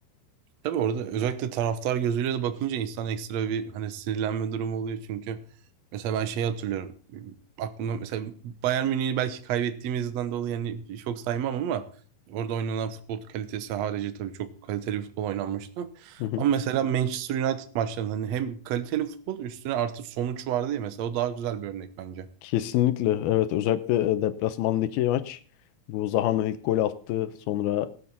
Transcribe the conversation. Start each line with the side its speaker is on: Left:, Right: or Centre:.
Right: Tabii orada özellikle taraftar gözüyle de bakınca insan ekstra bir hani sinirlenme durumu oluyor çünkü mesela ben şeyi hatırlıyorum aklımda mesela Bayern Münih'i belki kaybettiğimizden dolayı yani çok saymam ama orada oynanan futbol kalitesi harici tabii çok kaliteli bir futbol oynanmıştı.
Left: <laughs>
Right: Ama mesela Manchester United maçlarında hani hem kaliteli futbol üstüne artı sonuç vardı ya mesela o daha güzel bir örnek bence.
Left: Kesinlikle evet özellikle e, deplasmandaki maç bu Zaha'nın ilk golü attı sonra